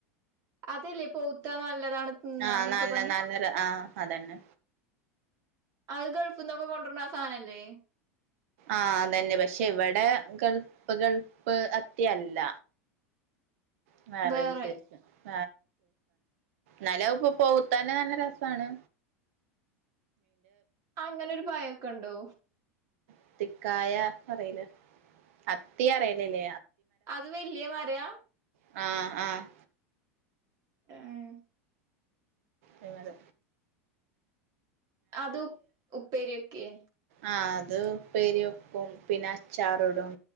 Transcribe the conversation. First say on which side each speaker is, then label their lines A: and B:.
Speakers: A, on the right; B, on the right.
A: അതല്ലേ പയുത്തോ നല്ല താണ് ഞാന്
B: ആഹ്
A: നോക്കെ
B: നല്ല
A: പറഞ്ഞു
B: നല്ല ആഹ് അതന്നെ
A: അത് ഗൾഫ്ന്നൊക്കെ കൊണ്ടുവരുണ ആ സാധനല്ലേ
B: ആഹ അതന്നെ പക്ഷെ ഇവിടെ ഗൾഫ് ഗൾഫ് അത്തിയല്ല <unintelligible> വേറെശേഷ
A: വേറെ
B: നല്ല ഇപ്പൊ പഴുത്തന്നെ നല്ല രസമാണ്
A: അങ്ങനെൊ ഒരു പായൊക്കെ ഉണ്ടോ
B: അത്തിക്കായ അറിയില്ല അത്തി അറിയലില്ല
A: അത് വല്ല്യ മരവാ
B: ആ ആ
A: ഉം
B: ഞങ്ങള്
A: അത് ഉപ്പേരി വെക്കയെ
B: ആഹ് അത് ഉപ്പേരി വെക്കും പിന്നെ അച്ചാറിടും